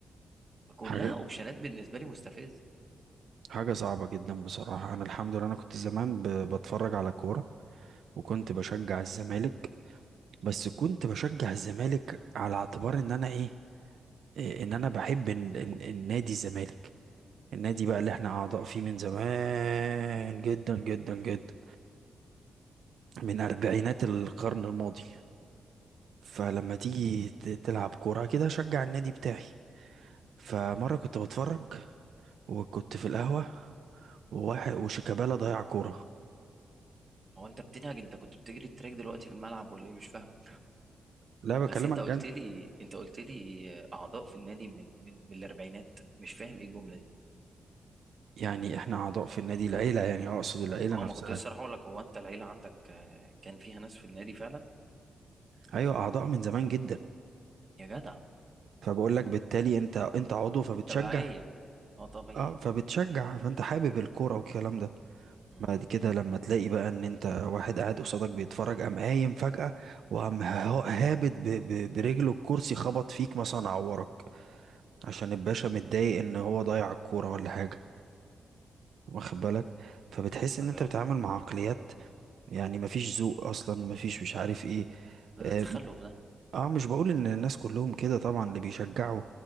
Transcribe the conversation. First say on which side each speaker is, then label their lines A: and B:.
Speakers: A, on the right (about 30°); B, on the right (about 65°).
A: فكلها
B: حاجة
A: اوبشنات بالنسبه لي مستفز
B: حاجة صعبة جدا بصراحة انا الحمد لله انا كنت زمان ب- بتفرج على كورة وكنت بشجع الزمالك بس كنت بشجع الزمالك على اعتبار ان انا ايه إيه، ان انا بحب ال- ال- النادي الزمالك النادي بقى اللي احنا اعضاء فيه من زمان جدا جدا جدا من اربعينات القرن الماضي فلما تيجي ت- تلعب كورة كده شجع النادي بتاعي فمرة كنت بتفرج وكنت في القهوة وواحد وشيكابالا ضيع كورة
A: هو انت بتنهج انت كنت بتجري التراك دلوقتي في الملعب ولا ايه مش فاهم
B: لا بكلمك
A: بس انت
B: جد
A: قلت لي انت قلت لي اعضاء في النادي من من, من الاربعينات مش فاهم ايه الجمله دي
B: يعني احنا اعضاء في النادي
A: انتوا
B: العيلة يعني اقصد العيلة
A: اه
B: نفسها
A: ما كنت لسه رايح اقول لك هو انت العيله عندك آه، كان فيها ناس في النادي فعلا
B: ايوه اعضاء من زمان جدا
A: يا جدع
B: فبقول لك بالتالي انت انت عضو فبتشجع
A: التبعية اه طبيعي
B: اه فبتشجع فانت حابب الكورة والكلام ده
A: مم.
B: بعد كده لما تلاقي بقى ان انت واحد قاعد قصادك بيتفرج قام قايم فجأة وقام هو- هابط ب- ب- برجله الكرسي خبط فيك مثلا عورك عشان الباشا متضايق ان هو ضيع الكورة ولا حاجة واخد بالك فبتحس
A: حاجة
B: ان انت بتتعامل مع عقليات يعني مفيش ذوق اصلا مفيش مش عارف ايه
A: ده
B: اه
A: تخلف ده
B: آه، مش بقول ان الناس كلهم كده طبعا اللي بيشجعوا